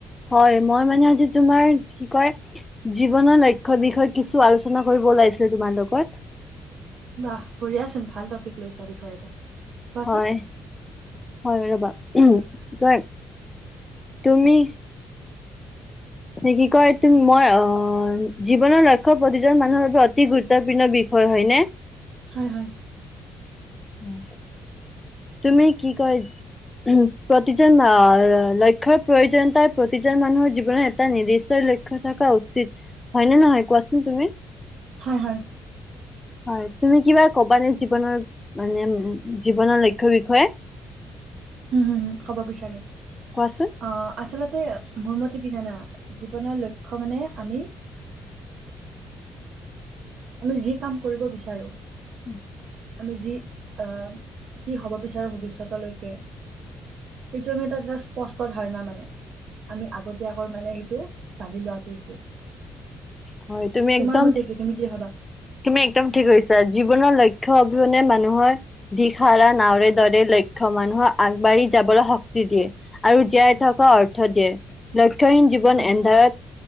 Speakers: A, on the left; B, on the right.
A: হয়, মই মানে আজি তোমাৰ কি কয় জীৱনৰ লক্ষ্য বিষয়ে কিছু আলোচনা কৰিব ওলাইছিল তোমাৰ লগত।
B: বাহ পঢ়িয়াচোন ভাল টপিক লৈছা বিষয়ে এটা। কোৱাচোন
A: হয়, হয় ৰবা। উম কি কয়। তুমি। কি কয় ম মই আ জীৱনৰ লক্ষ্য প্ৰতিজন মানুহৰ বাবে অতি গুৰুত্বপূৰ্ণ বিষয় নহয়নেে।
B: হয় হয়।
A: উম, তুমি কি কয় উ প্ৰতিজন লক্ষ্যয়ৰ প্ৰয়োজনীয়তাৰ প্ৰতিজন মানুহৰ জীৱনৰ এটা নিৰ্দিষ্টয় লক্ষ্য থকা উচিত হয়নে নহয় কোৱাচোন তুমি।
B: হয় হয়।
A: হয় তুমি কিবা কবানে জীৱনৰ মানে জীৱনৰ লক্ষ্যয়ৰ বিষয়ে?
B: হুম-হুম-হুম কব বিচাৰোঁ।
A: কোৱাচোন?
B: অ আচলতে মোৰ মতে কি জানা জীৱনৰ লক্ষ্য মানে আমি আমি যি কাম কৰিব বিচাৰো।
A: <unintelligible>
B: আমি যি আহ কি হ'ব বিচাৰো ভৱিষ্যতলৈকে। এইটো আমি এটা-এটা স্পষ্ট ধাৰণা মানে। আমি আগতীয়াকৈ মানে সেইটো জানি লোৱাটো উচিত।
A: হয় তুমি
B: তোমাৰ
A: একদম
B: মতে কি তুমি কি ভাবা?
A: তুমি একদম ঠিককৈছা আজি- জীৱনৰ লক্ষ্য অবিহনে মানুহৰ দিশহাৰা <unintelligible> লক্ষ্য মানুহক আগবাঢ়ি যাবলৈ শক্তি দিয়ে আৰু জীয়াই থকা অৰ্থ দিয়ে। শিক্ষাহীন জীৱন
B: হয়,
A: এন্ধাৰত